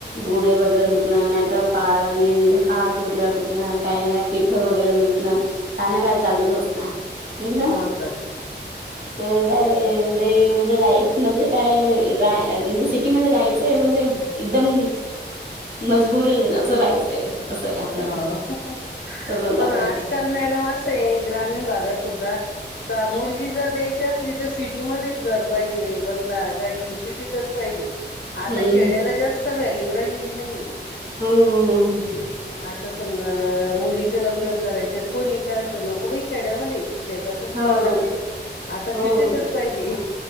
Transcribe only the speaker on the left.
हो सर
हो.
पण आजकाल मॅडम असं आहे ग्रामीण भागात सुद्धा का मुलगी जर द्यायची असली तर सिटीमध्येच घर पाहिजे. बंगला, गाडी सिटीतच पाहिजे. आता
खेड्याला जास्त व्हॅल्यू राहिलेली नाही हाय.
आता समजा मुलीचं लग्न करायचं कोणी काय म्हणतो नको बाई खेड्यामध्ये शेतात जावं
लागत. आता सिटीतच
पाहिजे.